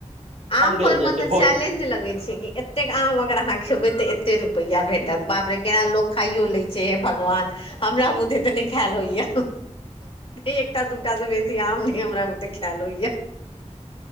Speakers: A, on the left; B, on the right.
A: आम
B: देल
A: पर मे
B: जाइ छै
A: तऽ
B: भोज
A: चैलेंज लगैत छै कि एतेक आम अगर अहाँ खेबै तऽ ए कत्ते रुपैआ भेटत बापरे केना लोक खाइयो लै हे भगवान हमरा बुते नहि खायल होइया एकटा दूटा से बेसी काम हमरा बूते ख्याल होइए